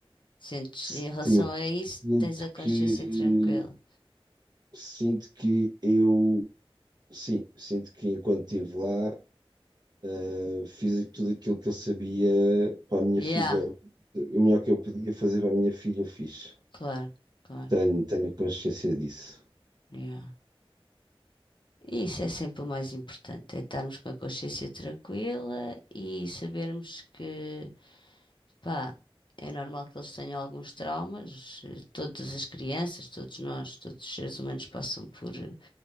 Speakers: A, on the left (about 55°); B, on the right (about 45°).
A: Sentes,
B: Sim,
A: em relação a isso,
B: sinto
A: tens a consciência
B: que,
A: tranquila.
B: sinto que eu, sim, sinto que enquanto estive lá, eh, fiz tudo aquilo que eu sabia para a minha
A: Yeah,
B: filha, o melhor que eu podia fazer para a minha filha, eu fiz.
A: claro, claro.
B: Tenho, tenho consciência disso.
A: Yeah. E Isso é sempre o mais importante, é estarmos com a consciência tranquila e sabermos que, pá, é normal que eles tenham alguns traumas, eh, todas as crianças, todos nós, todos os seres humanos passam por eh,